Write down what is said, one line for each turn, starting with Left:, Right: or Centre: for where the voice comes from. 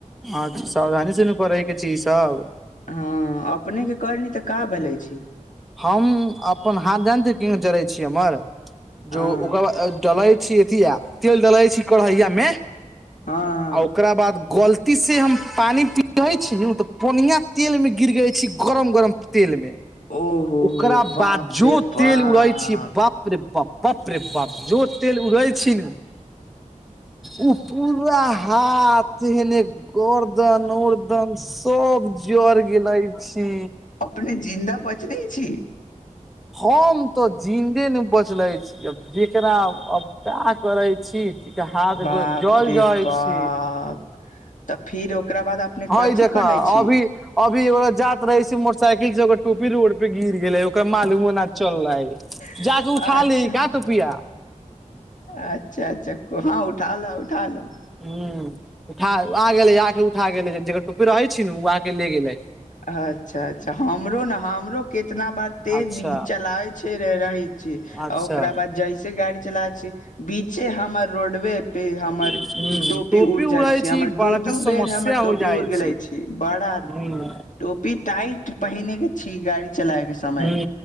Centre: हँ सावधानी से न करैके छै इसब
Left: हँ अपने के करली तऽ का भेललै छी
Centre: हम अपन हाथ जानत किंग जरै छियै हमर
Left: हँ
Centre: जो ओकर बाद डलै छी अथी तेल डलै छी कढ़ैया मे
Left: हँ हँ
Centre: आ ओकरा बाद गलती से हम पानी पियै छी नु त पनिया तेल मे गिर गय छी गरम गरम तेल मे
Left: ओहो
Centre: ओकरा
Left: हो बाप
Centre: बाद जो
Left: रे बाप
Centre: तेल उड़ै छै बाप रे बाप बाप रे बाप जो तेल उगै छी ने ओ पूरा हाथ हने गोरदन उर्दन सब जर गेलै छी
Left: अपने जिन्दा पच नै छी
Centre: हम तऽ जिन्दे नै बचलैत छी जकरा अपका करैत छी तीका हाथ
Left: बाप
Centre: गो जल
Left: रे
Centre: जहै
Left: बाप
Centre: छी
Left: तऽ फिर ओकरा बाद अपने
Centre: हई
Left: कथी
Centre: देख
Left: करै
Centre: अभी
Left: छी
Centre: अभी ओ जात रहै छै मोटरसाइकिल से ओकर टोपी रोडे गिर गेलै ओकरा मालूमोना चललै
Left: अच्छा
Centre: जाक उठा लेहे का टोपिया
Left: अच्छा अच्छा हँ उठा ल उठा ल
Centre: हू उठा आ गेले आके उठा गेले जेकर टोपी रहे छै न ओ आके ले गेले
Left: अच्छा अच्छा हमरो न हमरो कितना बार तेज
Centre: अच्छा
Left: चलाबै छै रहै छीय
Centre: अच्छा
Left: आ ओकरा बाद जैसे गाड़ी चलाबै छिय बीचे हमर रोडवे पे हमर
Centre: हूं
Left: टोपी उड़ जाय
Centre: उड़ै
Left: छी हमर
Centre: बड़का
Left: दू दू
Centre: समस्या
Left: बेर हम टोपी
Centre: हो जाइ
Left: उड़ गेलै छी बड़ा
Centre: हूं
Left: टोपी टाइट पहिने के छी गाड़ी चलाय के समय
Centre: हू